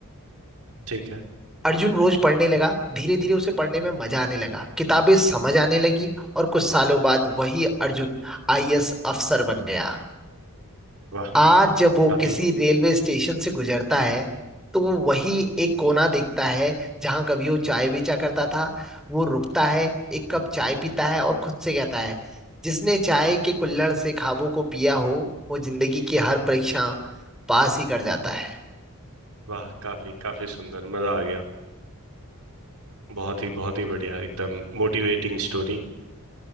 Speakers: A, on the right; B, in the centre.
A: ठीक है
B: अर्जुन रोज पढ़ने लगा धीरे धीरे उसे पढ़ने में मजा आने लगा किताबें समझ आने लगी और कुछ सालों बाद वही अर्जुन आईएएस अफसर बन गया
A: वाह
B: आज जब वो
A: काफी
B: किसी रेलवे स्टेशन से गुजरता है तो वो वही एक कोना देखता है जहां कभी वो चाय बेचा करता था वो रुकता है एक कप चाय पीता है और खुद से कहता है जिसने चाय के कुल्हड़ से ख्वाबों को पिया हो वो जिंदगी की हर परीक्षा पास ही कर जाता है
A: वाह काफी काफी सुंदर मजा आ गया बहुत ही बहुत ही बढ़िया एकदम मोटिवेटिंग स्टोरी